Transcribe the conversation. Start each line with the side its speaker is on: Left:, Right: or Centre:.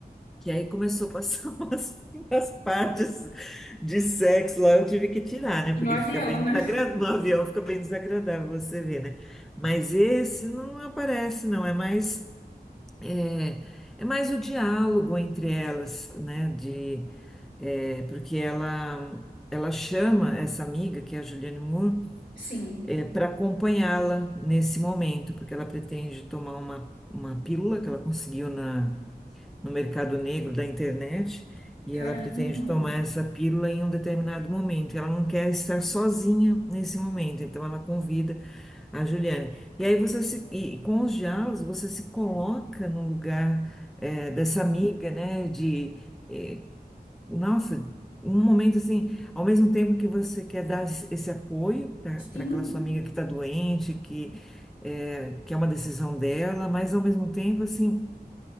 Centre: que aí começou a passar <laughs> umas, umas partes de sexo lá, eu tive que tirar, né?
Left: E
Centre: Porque
Left: no avião,
Centre: fica bem
Left: né?
Centre: desagradável, no avião fica bem desagradável você ver, né? Mas esse não aparece, não, é mais. É, é mais o diálogo entre elas, né? De, é, porque ela, ela chama essa amiga, que é a Juliane Moore,
Left: Sim.
Centre: para acompanhá-la nesse momento, porque ela pretende tomar uma, uma pílula que ela conseguiu na, no mercado negro da internet, e
Left: Caramba.
Centre: ela pretende tomar essa pílula em um determinado momento. Ela não quer estar sozinha nesse momento, então ela convida a Juliane. E aí você se, e com os diálogos você se coloca no lugar eh, dessa amiga, né? De eh, nossa, um momento assim, ao mesmo tempo que você quer dar esse esse apoio para
Left: Sim.
Centre: aquela sua amiga que está doente, que eh, que é uma decisão dela, mas ao mesmo tempo assim